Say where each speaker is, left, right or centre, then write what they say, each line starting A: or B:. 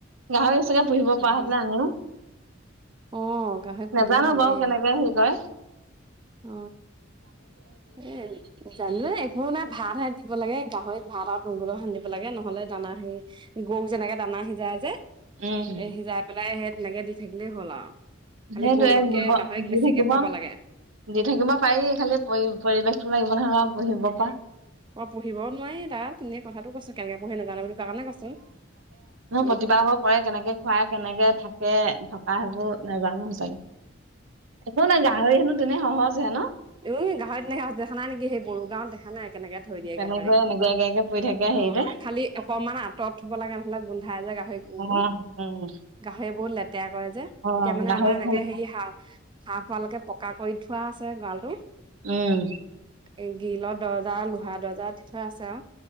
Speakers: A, on the right; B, on the right.
A: গাহৰি চকে পুহিব
B: গাহৰি।
A: পৰা হ ন আমিও
B: অ গাহৰি পুহিলে
A: নাজানো
B: ভালেই
A: বাৰু কেনেকে হে কয়
B: অ, এ জানো একখন নাই, ভাত হে দিব লাগে গাহৰিত ভাত আৰু তগল সান্ দিব লাগে নহলে দানা স গৰুক যেনেকে দানা সিজাই যে।
A: উম
B: এ সিজাই পেলাই সেই তেনেকে দি থাকিলেই হ'ল আৰু খালি
A: সেইটোয়ে
B: গৰুতকে
A: দিব
B: গাহৰিক
A: দি
B: বেছিকে
A: থাকিব
B: খুৱাব লাগে
A: দি থাকিব পাৰি খালি পৰি পৰিৱেশ টো লাগিব নহয় পঢ়িব পৰা
B: অ পঢ়িবও নোৱাৰি তা তুমি কথাটো কৈছো কেনেকে পঢ়ি নাজানো বুলি তাৰ কাৰণে কৈছোঁ
A: প্ৰতিবাহ কৰে কেনেকে খুৱাই কেনেকে থাকে তে থকা সেইবোৰ নাজানো সঁচাকে একো নাই গাহৰি হনো তেনেই সহজ সহজ হেনো
B: এ গাহৰি তেনেই সহজ দেখা নাই নেকি সেই বড়ো গাওঁত দেখা নাই কেনেকে থৈ দিয়ে
A: তেনেকৈ
B: গাহৰি
A: এনেকৈ একে একে পৰি থাকে হেৰিতে
B: অ খালি অকমান আঁতৰত থব লাগে নহলে গোন্ধাই যে গুবোৰ
A: উম উম
B: গাহৰি বহুত লেতেৰা কৰে যে
A: অ
B: এতিয়া মানে
A: গাহৰি
B: আমাৰ এনেকে
A: খাল
B: হেৰি হা হাফ হোৱালৈকে পকা কৰি থোৱা আছে গৰালটো
A: উম
B: এ গিলৰ দৰ্জা লোহা দৰ্জা দি থোৱা আছে আৰু